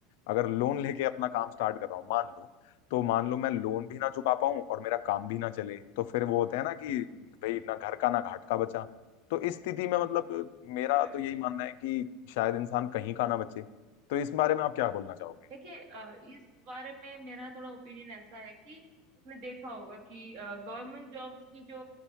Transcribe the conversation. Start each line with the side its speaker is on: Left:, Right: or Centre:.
Left: अगर लोन <laughs> लेके अपना काम स्टार्ट कर रहा हूँ मान लो तो मान लो मैं लोन भी ना चुका पाऊं और मेरा काम भी ना चले तो फिर वो होता है ना कि भाई ना घर का ना घाट का बचा तो इस स्थिति में मतलब मेरा
Right: बिल्कुल
Left: तो यही मानना है कि शायद इंसान कहीं का ना बचे तो इस बारे में आप क्या बोलना चाहोगे
Right: देखिए अ, इस बारे में मेरा थोड़ा ओपिनियन ऐसा है कि आपने देखा होगा कि गवर्नमेंट जॉब्स की जो